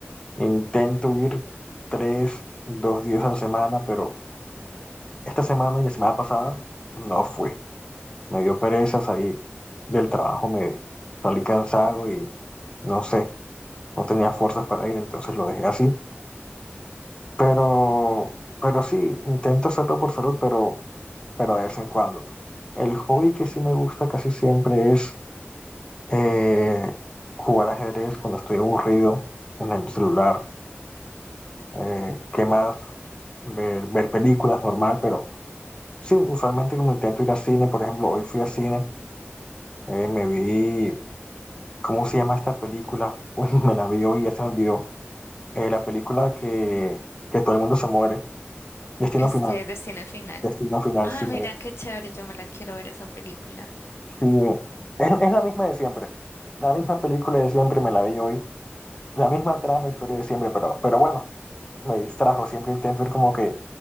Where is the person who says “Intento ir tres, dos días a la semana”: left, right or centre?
Left